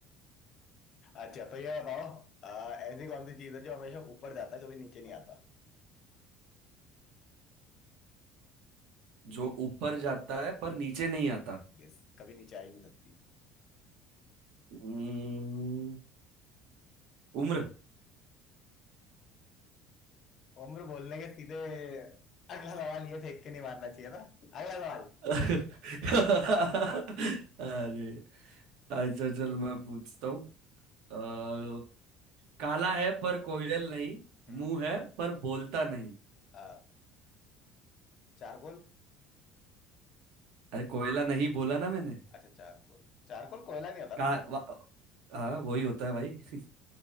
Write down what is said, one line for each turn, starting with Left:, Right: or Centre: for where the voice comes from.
Left: अच्छा तो ये बताओ अ, ऐसी कौन सी चीज है जो हमेशा ऊपर जाता है कभी नीचे नहीं आता
Right: जो ऊपर जाता है पर नीचे नहीं आता
Left: यस कभी नीचे आ ही नहीं सकती
Right: हम्म, उम्र
Left: उम्र बोलने के सीधे अगला सवाल ये फेंक के नहीं मारना चाहिए था अगला सवाल
Right: <laughs> अरे अच्छा चल मैं पूछता हूँ अ, काला है पर कोयल नहीं
Left: हम्म
Right: मुंह है पर बोलता नहीं
Left: आ, चारकोल
Right: अरे कोयला नहीं बोला ना मैंने
Left: अच्छा चारकोल चारकोल कोयला नहीं होता
Right: का
Left: ना
Right: वा- हाँ वही होता है भाई <laughs>